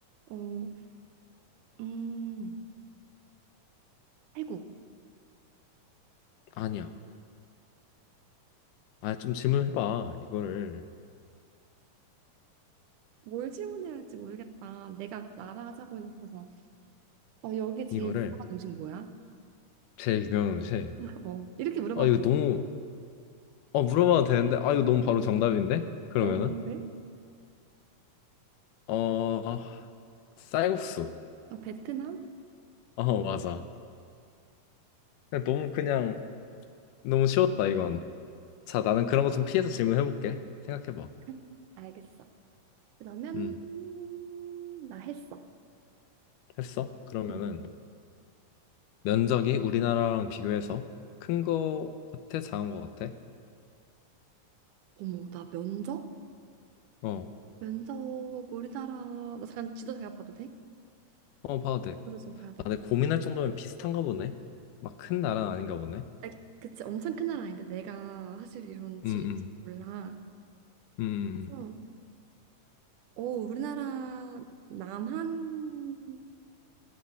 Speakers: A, on the right (about 75°); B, on the left (about 80°).
A: 어, 음, 태국.
B: 아니야. 아, 좀 질문해봐. 이거를,
A: 뭘 질문해야 할지 모르겠다. 내가 나라 하자고 해놓고서, 어, 여기 제일
B: 이거를.
A: 유명한 음식 뭐야?
B: 제일 유명한 음식.
A: <laughs> 어, 이렇게 물어봐도
B: 아, 이거
A: 돼.
B: 너무, 어, 물어봐도 되는데, 아, 이거 너무 바로 정답인데? 그러면은,
A: 어, 뭔데?
B: 어, 아, 쌀국수.
A: 아, 베트남?
B: 어, 맞아. 그냥 너무 그냥 너무 쉬웠다 이건. 자, 나는 그런 거 좀 피해서 질문해볼게. 생각해봐.
A: <laughs> 알겠어. 그러면
B: 음,
A: 음, 나 했어.
B: 했어? 그러면은
A: 응,
B: 면적이 우리나라랑 비교해서 큰 거 같아? 작은 거 같아?
A: 어머, 나 면접?
B: 어,
A: 면접 우리나라 나 잠깐 지도 잠깐 봐도 돼?
B: 어, 봐도 돼.
A: 지도를 좀 봐야 될
B: 아,
A: 것
B: 근데
A: 같아.
B: 고민할 정도면 비슷한가 보네. 막 큰 나라는 아닌가 보네.
A: 아, 그치 엄청 큰 나라 아닌데 내가 사실 이런 지리를
B: 음, 음,
A: 잘 몰라.
B: 음,
A: 그래서 어 우리나라 남한보다는